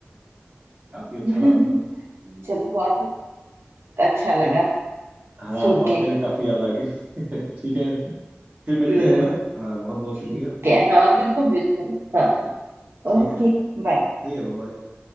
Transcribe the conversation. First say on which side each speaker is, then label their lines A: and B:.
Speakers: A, on the right (about 40°); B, on the right (about 75°).
A: काफी अच्छा
B: <laughs>
A: रहा था हम्म,
B: चलो बहुत अच्छा लगा
A: चल हाँ
B: सुन
A: बात
B: के
A: करके काफी याद आ गई <laughs> ठीक है फिर मिलते
B: हम्म
A: हैं ना हाँ बहुत बहुत
B: ठीक
A: शुक्रिया
B: है हाँ बिल्कुल बिल्कुल हाँ
A: जी, ठीक
B: ओके
A: है
B: बाय
A: ठीक है बाय